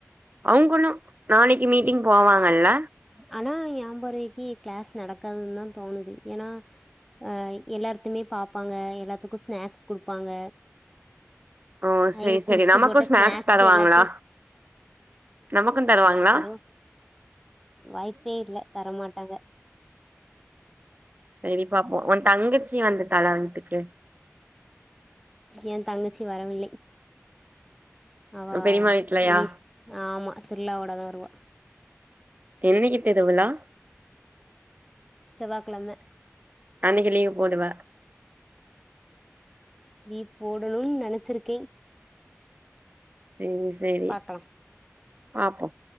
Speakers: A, on the right; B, in the centre.
A: அவங்களு நாளைக்கு மீட்டிங் போவாங்கல்ல
B: ஆனா ஏ பார்வைக்கு கிளாஸ் நடக்காதுன்னு தா தோணுது ஏன்னா அ எல்லாத்தையுமே பாப்பாங்க எல்லாத்துக்கு ஸ்நாக்ஸ் குடுப்பாங்க
A: ஓ
B: அவிங்க
A: சேரி
B: குடிச்ட்டு
A: சேரி நமக்கு
B: போட்ட ஸ்நாக்ஸ்
A: தருவாங்களா
B: எல்லாத்தையு
A: நமக்கு தருவாங்களா
B: நல்லா தரு வாய்ப்பே இல்ல தரமாட்டாங்க
A: சரி பாப்போ உ தங்கச்சி வந்துட்டாலா வீட்டுக்கு
B: எ தங்கச்சி வரவில்லை அவா
A: உன் பெரியம்மா வீட்லயா
B: நீ ஆமா திருவிழாவோட தா வருவா
A: என்னைக்கு திருவிழா
B: செவ்வாகெழம
A: அன்னைக்கு லீவ் போடுவ
B: லீவ் போடணுன் நெனச்சிருக்கே
A: சேரி செரி
B: பாக்கலா
A: பாப்போ